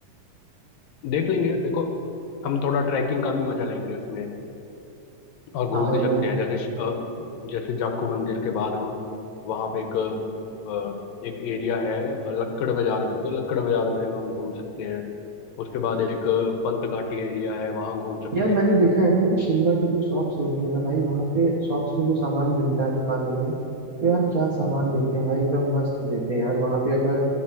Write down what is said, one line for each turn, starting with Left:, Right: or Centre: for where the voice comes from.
Left: देख लेंगे देखो हम थोड़ा ट्रैकिंग का भी मजा लेंगे उसमें और घूम
Right: हाँ
Left: भी
Right: यार
Left: सकते हैं जैसे श- अ, जैसे जाखू मंदिर के बाद हम वहाँ पे एक अ, एक एरिया है अ, लक्कड़ बाजार करके लक्कड़ बाजार में हम घूम सकते हैं उसके बाद एक अ, पंत घाटी एरिया है वहाँ घूम सकते
Right: यार मैंने
Left: हैं
Right: देखा है ना कि शिमला की जो शॉप्स होती है ना भाई वहाँ पे शॉप्स में जो सामान मिलता है दुकानों में तो यार क्या सामान देते हैं भाई एकदम मस्त देते हैं यार वहाँ पे अगर